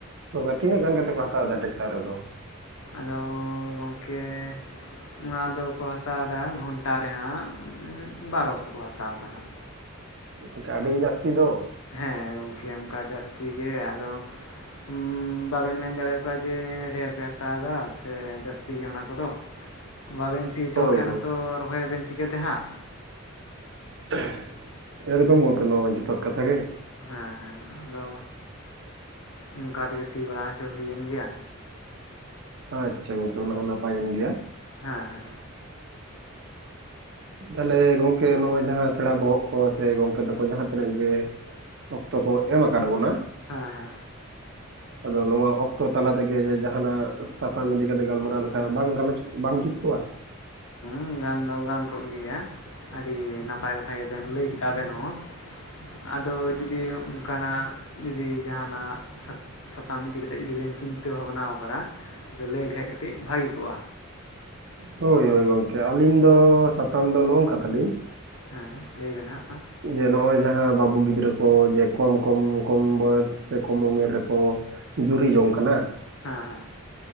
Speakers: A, on the right; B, on the left.
A: ᱛᱚᱵᱮ ᱛᱤᱱᱟᱹᱜ ᱜᱟᱱ ᱠᱟᱛᱮ ᱠᱚ ᱦᱟᱛᱟᱣ ᱮᱫᱟ ᱴᱟᱠᱴᱟᱨ ᱨᱮᱫᱚ-
B: ᱟᱫᱚ ᱜᱚᱢᱠᱮ ᱚᱱᱟ ᱫᱚᱠᱚ ᱦᱟᱛᱟᱣᱫᱟ ᱜᱷᱚᱱᱴᱟ ᱨᱮ ᱦᱟᱸᱜ ᱵᱟᱨᱚ ᱥᱚ ᱠᱚ ᱦᱟᱛᱟᱣᱫᱟ ᱦᱟᱸᱜ
A: ᱜᱚᱢᱠᱮ ᱟᱹᱰᱤ ᱡᱟᱥᱛᱤ ᱫᱚ
B: ᱦᱮᱸ ᱜᱚᱢᱠᱮ ᱚᱱᱠᱟ ᱡᱟᱹᱥᱛᱤ ᱜᱮ ᱟᱫᱚ ᱦᱩᱸ ᱵᱟᱵᱮᱱ ᱢᱮᱱ ᱫᱟᱲᱮᱣᱟᱠᱚᱣᱟ ᱡᱮ ᱰᱷᱮᱨ ᱯᱮ ᱦᱟᱛᱟᱣᱫᱟ ᱥᱮ ᱡᱟᱹᱥᱛᱤ ᱜᱮ ᱚᱱᱟ ᱠᱚᱫᱚ ᱵᱟᱵᱤᱱ ᱥᱤ ᱦᱚᱪᱚ
A: ᱦᱳᱭ
B: ᱞᱮᱠᱷᱟᱡ
A: ᱦᱳᱭ
B: ᱦᱚᱸᱛᱚ ᱨᱚᱦᱚᱭᱟᱵᱤᱱ ᱪᱤᱠᱟᱹ ᱛᱮ ᱦᱟᱸᱜ
A: <inaudible> ᱮᱠᱫᱚᱢ ᱜᱚᱢᱠᱮ ᱱᱚᱣᱟ ᱢᱟ ᱡᱚᱛᱷᱟᱛᱚ ᱠᱟᱛᱷᱟ ᱜᱮ,
B: ᱦᱮᱸᱦᱮᱸ ᱟᱫᱚ ᱚᱱᱠᱟ ᱛᱮᱜᱮ ᱥᱤ ᱵᱟᱲᱟ ᱦᱚᱪᱚ ᱦᱩᱭᱮᱱ ᱜᱮᱭᱟ
A: ᱟᱪᱪᱷᱟ ᱜᱚᱢᱠᱮ ᱚᱱᱟ ᱚᱱᱟᱦᱚᱸ ᱱᱟᱯᱟᱭᱮᱱ ᱜᱮᱭᱟ
B: ᱦᱮᱸ
A: ᱛᱟᱦᱚᱞᱮ ᱜᱚᱢᱠᱮ ᱱᱚᱜᱼᱚᱭ ᱡᱟᱦᱟᱸ ᱥᱮᱬᱟ ᱵᱚᱦᱚᱜ ᱠᱚ ᱥᱮ ᱜᱚᱢᱠᱮ ᱛᱟᱠᱚ ᱡᱟᱦᱟᱸ ᱛᱤᱱᱟᱹᱜ ᱜᱮ ᱚᱠᱛᱚ ᱠᱚ ᱮᱢ ᱟᱠᱟᱫ ᱵᱚᱱᱟ
B: ᱦᱮᱸ ᱦᱮᱸ
A: ᱟᱫᱚ ᱱᱚᱣᱟ ᱚᱠᱛᱚ ᱛᱟᱞᱟ ᱛᱮᱜᱮ ᱡᱮ ᱡᱟᱦᱟᱸᱱᱟᱜ ᱥᱟᱛᱟᱢ ᱤᱫᱤ ᱠᱟᱛᱮ ᱜᱟᱞᱢᱟᱨᱟᱣ ᱞᱮᱠᱷᱟᱡ ᱵᱟᱝ ᱜᱚᱞᱚᱪ ᱵᱟᱝ ᱡᱩᱛ ᱠᱚᱣᱟ᱾
B: ᱦᱩᱸ ᱜᱟᱱ ᱫᱚ ᱜᱟᱱ ᱠᱚᱜ ᱜᱮᱭᱟ ᱟᱹᱰᱤ ᱱᱟᱯᱟᱭ ᱠᱟᱛᱷᱟ ᱜᱮᱵᱮᱱ ᱞᱟᱹᱭ ᱠᱮᱫᱟ ᱟᱵᱮᱱ ᱦᱚᱸ ᱟᱫᱚ ᱡᱩᱫᱤ ᱚᱱᱠᱟᱱᱟᱜ ᱡᱩᱫᱤ ᱡᱟᱦᱟᱸᱱᱟᱜ ᱥᱟ ᱥᱟᱛᱟᱢ ᱤᱫᱤ ᱠᱟᱛᱮᱫ ᱡᱩᱫᱤ ᱵᱮᱱ ᱪᱤᱱᱛᱟᱹ ᱵᱷᱟᱵᱚᱱᱟ ᱟᱠᱟᱫᱟ ᱟᱫᱚ ᱞᱟᱹᱭ ᱞᱮᱠᱷᱟᱡ ᱠᱟᱹᱴᱤᱡ ᱵᱷᱟᱹᱜᱤ ᱠᱚᱜᱼᱟ᱾
A: ᱦᱳᱭ ᱦᱳᱭ ᱜᱚᱢᱠᱮ ᱟᱹᱞᱤᱧ ᱫᱚ ᱥᱟᱛᱟᱢ ᱫᱚ ᱱᱚᱜᱝᱠᱟ ᱛᱟᱞᱤᱧ᱾
B: ᱦᱮᱸ ᱞᱟᱹᱭ ᱵᱮᱱ ᱦᱟᱸᱜ ᱢᱟ᱾
A: ᱡᱮ ᱱᱚᱜᱼᱚᱭ ᱡᱟᱦᱟᱸ ᱵᱟᱹᱵᱩ ᱜᱤᱫᱽᱨᱟᱹ ᱠᱚ ᱡᱮ ᱠᱚᱢ ᱠᱚᱢ ᱠᱚᱢ ᱵᱚᱭᱮᱥ ᱥᱮ ᱠᱚᱢ ᱩᱢᱮᱨ ᱨᱮᱠᱚ ᱡᱩᱨᱤ ᱡᱚᱝ ᱠᱟᱱᱟ᱾
B: ᱦᱮᱸ ᱦᱮᱸ